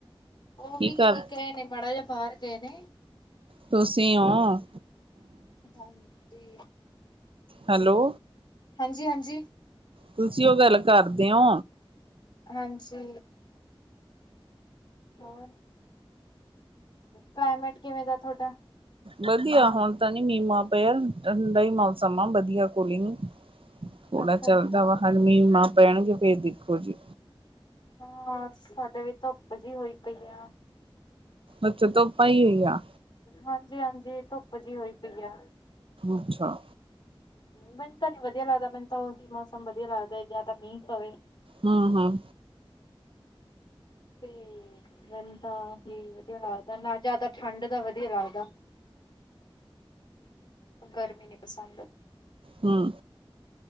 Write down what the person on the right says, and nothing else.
ਕੀ
ਕਰ
ਤੁਸੀਂ ਔ
ਹੈਲੋ
ਤੁਸੀਂ ਉਹ ਗੱਲ ਕਰਦੇ ਹੋ
ਵਧੀਆ ਹੁਣ ਤਾਂ ਨੀ ਮੀਂ-ਮਾਂ ਪੇਆ ਠੰਡਾ ਈ ਮੌਸਮ ਆ ਵਧੀਆ ਕੂਲੀਂਗ। ਹੁਣ
ਚੱਲਦਾ
ਵਾ, ਹਾਲੇ ਮੀਂ-ਮਾਂ ਪੈਣਗੇ ਫੇਰ ਦੇਖੋ ਜੀ।
ਅੱਛਾ ਧੁੱਪ ਆਈ ਹੋਈ ਆ।
ਅੱਛਾ।
ਹਂ-ਹਂ।
ਹਮ।